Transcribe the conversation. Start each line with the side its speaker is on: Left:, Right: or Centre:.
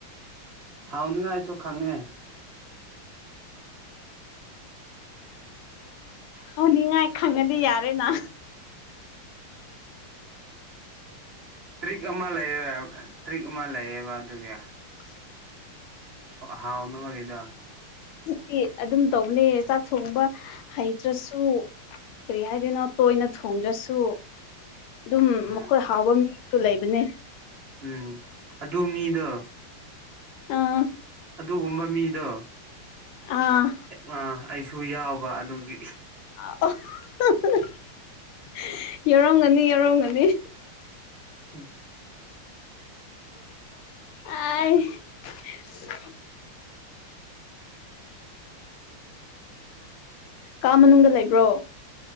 Right: ꯍꯥꯎꯅꯤ ꯉꯥꯏ ꯆꯣ ꯈꯉꯦ
Left: ꯑꯣ ꯅꯤꯡꯉꯥꯏ ꯈꯪꯉꯗꯤ ꯌꯥꯔꯦꯗ
Right: ꯇꯔꯤꯛ ꯑꯃ ꯂꯩꯌꯦ ꯇꯔꯤꯛ ꯑꯃ ꯂꯩꯌꯦꯕ ꯑꯗꯨꯒꯤ
Left: <unintelligible> <inaudible>
Right: ꯍꯥꯎꯅꯕꯒꯤꯩꯗ
Left: ꯗꯤ ꯑꯗꯨꯝ ꯇꯧꯕꯅꯦ ꯆꯥꯛ ꯊꯣꯡꯕ ꯍꯩꯇ꯭ꯔꯁꯨ ꯀꯔꯤ ꯍꯥꯏꯗꯣꯏꯅꯣ ꯇꯣꯏꯅ ꯊꯣꯡꯗ꯭ꯔꯁꯨ ꯑꯗꯨꯝ
Right: ꯎꯝ
Left: ꯃꯈꯣꯏ ꯍꯥꯎꯕ ꯃꯤꯁꯨ ꯂꯩꯕꯅꯦ
Right: ꯎꯝ ꯑꯗꯨ ꯃꯤꯗꯣ
Left: ꯑꯥ
Right: ꯑꯗꯨꯒꯨꯝꯕ ꯃꯤꯗꯣ
Left: ꯑꯥ
Right: ꯑꯩꯁꯨ ꯌꯥꯎꯕ ꯑꯗꯨꯒꯤ
Left: <unintelligible> <inaudible> ꯌꯥꯎꯔꯝꯒꯅꯤ ꯌꯥꯎꯔꯝꯒꯅꯤ
Right: ꯎꯝ
Left: ꯑ <unintelligible> <inaudible> <unintelligible> <inaudible> ꯀꯥ ꯃꯅꯨꯡꯗ ꯂꯩꯕ꯭ꯔꯣ